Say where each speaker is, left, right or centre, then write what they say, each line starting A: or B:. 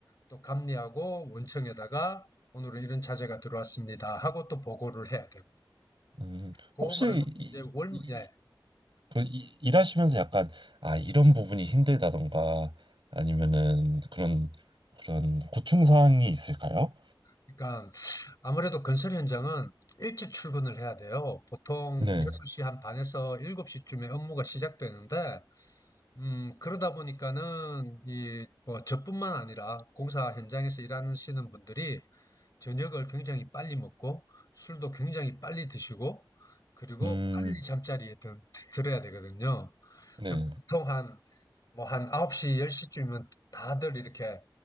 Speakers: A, on the left; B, on the right.
A: 또 감리하고 원청에다가 오늘은 이런 자재가 들어왔습니다 하고 또 보고를 해야 되고
B: 음.
A: 그거
B: 혹시
A: 말고
B: 이,
A: 이제 월,
B: 이,
A: 예.
B: 그 이- 일하시면서 약간 아 이런 부분이 힘들다던가 아니면은 그런 그런 고충 사항이 있을까요?
A: 그러니까 아무래도 건설 현장은 일찍 출근을 해야 돼요. 보통
B: 네,
A: 6시 한 반에서 7시쯤에 업무가 시작되는데 음, 그러다 보니까는 이 뭐 저뿐만 아니라 공사 현장에서 일하시는 분들이 저녁을 굉장히 빨리 먹고 술도 굉장히 빨리 드시고 그리고
B: 음,
A: 빨리 잠자리에 든, 들어야 되거든요.
B: 네,
A: 보통 한 뭐 한 9시, 10시쯤이면 다들 이렇게